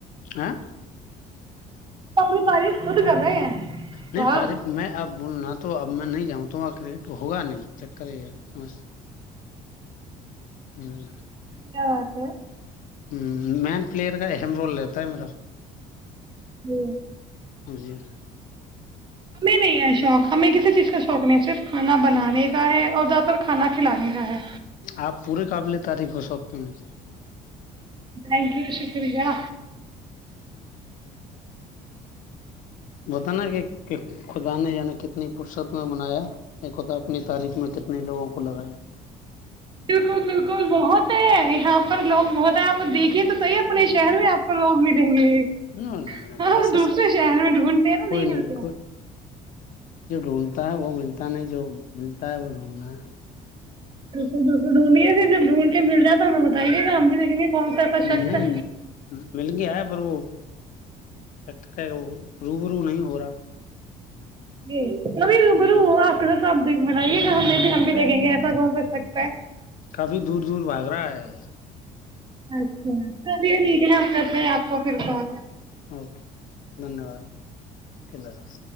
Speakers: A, on the left; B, on the right.
A: ہاں
B: اپنی تعریف خود کر رہے ہیں
A: نہیں
B: واہ
A: تعریف میں اب نہ تو اب میں نہیں جاؤں تو کریکٹ ہوگا نہیں چکر یہی ہے سمس <unintelligible> ہمم
B: کیا بات ہے
A: ہمم میم پلیئر کا اہم رول رہتا ہے میرا
B: جی
A: جی
B: ہمیں نہیں ہے شوق ہمیں کسی چیز کا شوق نہیں صرف کھانا بنانے کا ہے اور زیادہ تر کھانا کھلانے کا ہے
A: آپ پوری قابل تعریف ہو سکتے ت
B: تھینک یو شکریہ
A: بتانا کہ خدا نے یعنی کتنی فرصت میں بنایا اے خدا اپنی تعریف میں کتنے لوگوں کو لگایا
B: بالکل بالکل بہت ہے یہاں پر لوگ بہت ہیں آپ دیکھیے تو صحیح اپنے شہر میں آپ کو لوگ ملینگے
A: نو نہ نہ
B: ہاں
A: ایسے
B: دوسرے
A: سے
B: شہر میں ڈھونڈتے ہیں نا نہیں
A: کوئی
B: ملتے ہے
A: کوئی جو ڈھونڈتا ہے وہ ملتا نہیں جو ملتا ہے وہ ڈھونڈنا
B: بالکل بالکل ڈھونڈیے پھر جب ڈھونڈکے مل جائے تو ہمیں بتائیے گا ہم بھی دیکھیں گے کون سا ایسا شخص
A: نہیں
B: ہے
A: مل گیایا پر وہ چکر ہے وہ روبرو نہیں ہو رہا
B: جی ابیرو
A: ہ
B: برو آپ کے آپ دیکھ ملائیے گا ہمیں بھی ہم بھی دیکیں گے ایسا کون س سکتا ہے
A: کافی دور دور بھاگ رہا ہے
B: اچھا چلیے ٹھیک ہے ہم کرتے ہیں آپ کوکرک ہوں
A: اوکے دھنیہ واد ک اللہ حافظ